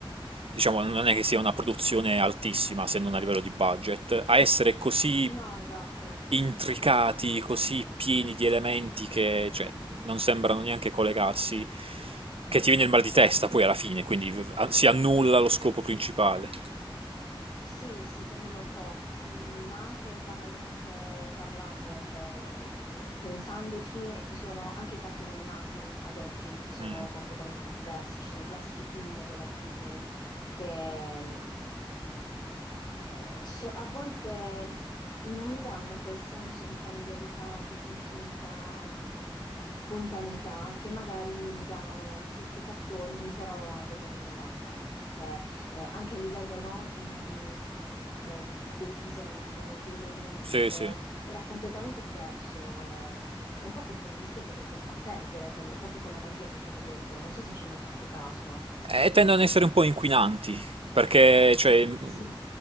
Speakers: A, on the right; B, on the left.
A: diciamo non è che sia una produzione altissima se non a livello di budget, a essere così
B: No, esatto.
A: intricati, così pieni di elementi che cioè, non sembrano neanche collegarsi, che ti viene il mal di testa poi alla fine, quindi v- a- si annulla lo scopo principale.
B: Sì, sì, si annulla un po', mm, ma anche banalmente parlando, cioè, eh, pensandoci, ci sono anche i cartoni animati ad oggi, sono
A: Mm.
B: completamente diversi, ci sono i classici film della Disney che mm, eh, so- a volte non mi danno quel senso di familiarità, di continuità, di spontaneità che magari mi davano gli stessi cartoni però degli anni 90. Cioè, eh, anche a livello, no, di, mh, eh, del disegno, delle musiche,
A: Sì, sì.
B: era completamente diverso. eh. E un po' questo mi dispiace perché fa perdere quel- proprio quella magia che c'era dietro. Non so se ci hai mai fatto caso.
A: E tendono ad essere un po' inquinanti, perché, cioè, mh,
B: Sì,